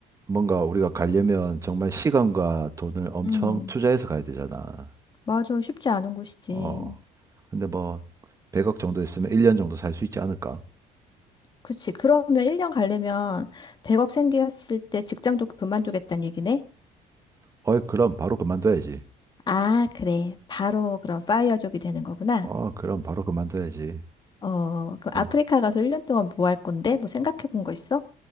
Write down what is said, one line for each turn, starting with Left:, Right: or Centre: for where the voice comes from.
Right: 뭔가 우리가 가려면 정말 시간과 돈을 엄청
Left: 음.
Right: 투자해서 가야 되잖아.
Left: 맞아. 쉽지 않은 곳이지.
Right: 어. 근데 뭐 100억 정도 있으면 1년 정도 살 수 있지 않을까?
Left: 그치. 그러면 1년 가려면 100억 생겼을 때 직장도 그만두겠다는 얘기네?
Right: 어이, 그럼 바로 그만둬야지.
Left: 아, 그래. 바로 그럼 파이어족이 되는 거구나.
Right: 어, 그럼 바로 그만둬야지.
Left: 어, 그 아프리카
Right: 음.
Left: 가서 1년 동안 뭐 할 건데? 뭐 생각해 본 거 있어?